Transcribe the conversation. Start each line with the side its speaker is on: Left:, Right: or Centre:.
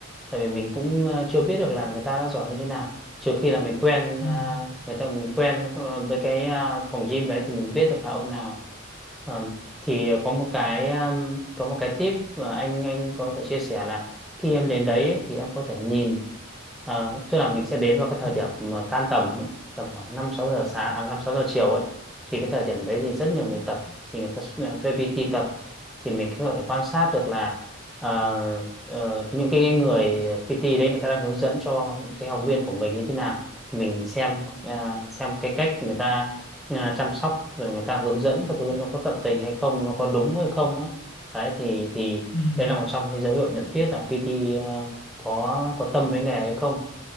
Centre: tại vì mình cũng à, chưa biết được là người ta đã giỏi như thế nào trừ khi là mình quen
Left: ừ
Centre: à, người ta mình quen ờ, với cái à, phòng gym đấy thì mình biết được là ông nào ờ, thì có một cái um, có một cái tip mà anh anh có thể chia sẻ là khi em đến đấy ấy, thì em có thể nhìn ờ, tức là mình sẽ đến vào cái thời
Left: ừ
Centre: điểm mà tan tầm ấy, tầm khoảng 5 6 giờ sáng à, 5 6 giờ chiều ấy thì cái thời điểm đấy thì rất nhiều người tập thì người ta s- à, thuê PT tập thì mình có thể quan sát được là ờ, ờ, những cái người PT đấy người ta đang hướng dẫn cho cái học viên của mình như thế nào thì mình xem ờ, xem cái cách người ta à, chăm sóc rồi người ta hướng dẫn các thứ nó có tận tình hay không nó có đúng hay không ấy. Đấy thì thì
Left: ừ
Centre: đây là một trong cái dấu hiệu nhận biết là PT ờ, có có tâm với nghề hay không